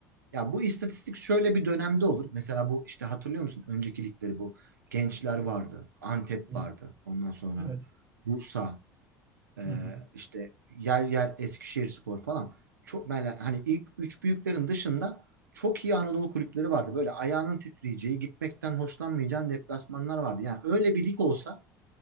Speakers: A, on the right; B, on the right.
A: ya bu istatistik şöyle bir dönemde olur. Mesela bu işte hatırlıyor musun? Önceki ligleri bu Gençler vardı. Antep
B: Hı.
A: vardı. Ondan sonra
B: Evet.
A: Bursa e,
B: Hı hı.
A: işte yer yer Eskişehirspor falan. Çok böyle hani ilk üç büyüklerin dışında çok iyi Anadolu kulüpleri vardı. Böyle ayağının titreyeceği, gitmekten hoşlanmayacağın deplasmanlar vardı. Yani öyle bir lig olsa